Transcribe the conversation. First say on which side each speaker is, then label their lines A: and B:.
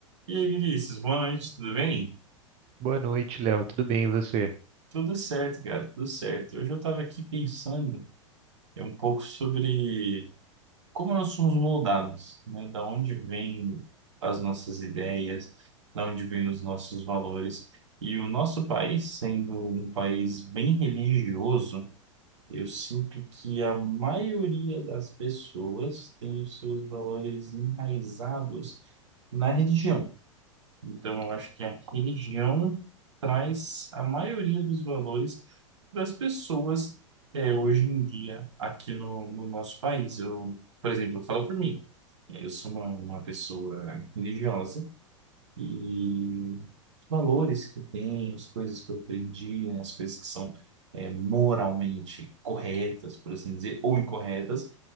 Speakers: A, on the right; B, on the right.
A: E aí, Vinícius, boa noite, tudo bem?
B: Boa noite, Léo. Tudo bem, e você?
A: Tudo certo, cara, tudo certo. Hoje eu estava aqui pensando é, um pouco sobre como nós somos moldados, né? Da onde vêm as nossas ideias, da onde vêm os nossos valores. E o nosso país, sendo um país bem religioso, eu sinto que a maioria das pessoas tem os seus valores enraizados na religião Então, eu acho que a religião traz a maioria dos valores das pessoas é, hoje em dia aqui no, no nosso país. Eu, por exemplo, eu falo por mim. né? Eu sou uma, uma pessoa religiosa e os valores que eu tenho, as coisas que eu aprendi, né, as coisas que são é, moralmente corretas, por assim dizer, ou incorretas,